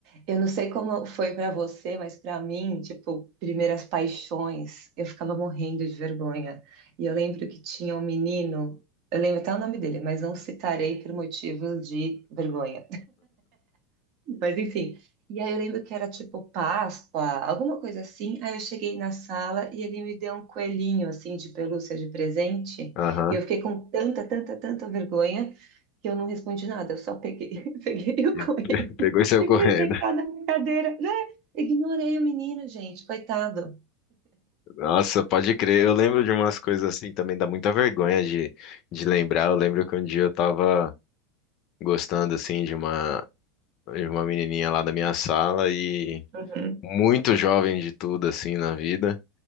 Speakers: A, on the right; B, on the left.
A: eu não sei como foi pra você, mas pra mim, tipo, primeiras paixões, eu ficava morrendo de vergonha. E eu lembro que tinha um menino, eu lembro até o nome dele, mas não citarei por motivos de vergonha. Mas enfim. E aí eu lembro que era tipo Páscoa, alguma coisa assim. Aí eu cheguei na sala e ele me deu um coelhinho assim de pelúcia de presente.
B: aham.
A: E eu fiquei com tanta, tanta, tanta vergonha que eu não respondi nada. Eu só peguei, <laughs> peguei o
B: E
A: coelho
B: <laughs> pegou e saiu
A: e
B: correndo.
A: fui sentar na minha cadeira, né? Ignorei o menino, gente, coitado.
B: Nossa, pode crer. Eu lembro de umas coisas assim também, dá muita vergonha de, de lembrar. Eu lembro que um dia eu tava gostando assim de uma, de uma menininha lá da minha sala e
A: Uhum,
B: muito jovem de tudo assim na vida.